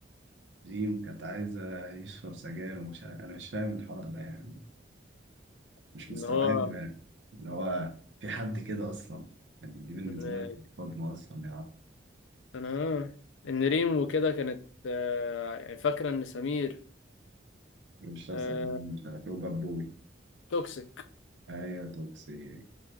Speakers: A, on the right; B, on the left.
A: ريم كانت عايزة يشرب سجاير ومش عارف أنا مش فاهم الحوار ده يعني مش
B: ان
A: مستوعب
B: هو
A: يعني اللي هو في حد كده أصلا يعني دي بالنسبة
B: ان
A: لك صدمة أصلا يا عم
B: انا ان ريم وكده كانت آه، يعني فاكره ان سمير
A: بيشرب
B: آه،
A: سجاير مش عارف إيه وبابوي
B: توكسيك
A: أيوة توكسيك